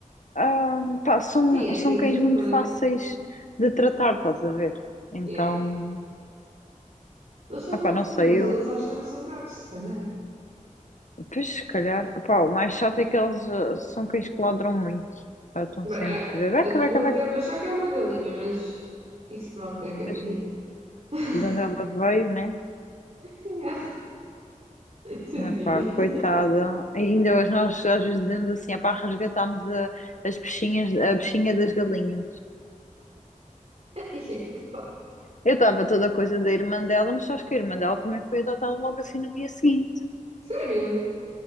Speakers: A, on the left; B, on the right.
A: Ah, pá, são,
B: Sim, é assim
A: são cães
B: tudo
A: muito
B: bem.
A: fáceis de tratar, estás a ver? Então,
B: Yeah. Eles estão
A: ah,
B: confusos,
A: pá, não sei eu.
B: eles acham que são gatos, se calhar.
A: Pois, se calhar, pá, o mais chato é que eles ah, são cães que ladram muito. Pá, Estão
B: Bem,
A: sempre,
B: a,
A: beca,
B: a tua
A: beca, beca.
B: deve achar que é uma galinha, mas isso pronto, né? Coitadito.
A: Pois,
B: <laughs>
A: de onde ela veio, né?
B: Yeah, Tadinha.
A: Ah, pá,
B: <laughs>
A: coitada. E ainda hoje nós às vezes dizemos assim, ah, pá, resgatámos a, as peixinhas, a bichinha das galinhas.
B: E é que tá.
A: Eu estava toda a coisa da irmã dela, mas acho que a irmã dela também foi adotada logo assim no dia seguinte.
B: Sério?